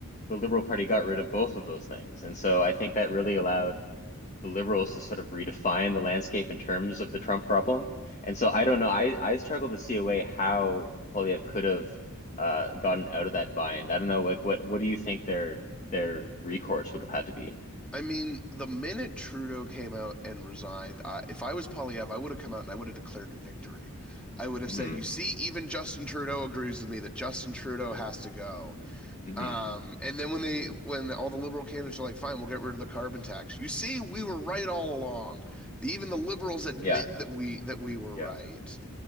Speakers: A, on the left; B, in the centre.
A: the Liberal Party got rid of both of those things. And so I think that really allowed the liberals to sort of redefine the landscape in terms of the Trump problem. And so I don't know. I, I struggle to see a way how Polyev could have uh, gotten out of that bind. I don't know. Like, what what do you think their their recourse would have had to be?
B: I mean, the minute Trudeau came out and resigned, I, if I was Polyev, I would have come out and I would have declared victory. I would have
A: hmm
B: said, "You see, even Justin Trudeau agrees with me that Justin Trudeau has to go."
A: hmm
B: Um, and then when they when the, all the liberal candidates are like, "Fine, we'll get rid of the carbon tax," you see, we were right all along. Even the liberals admit
A: Yeah.
B: that we that we were
A: Yeah.
B: right.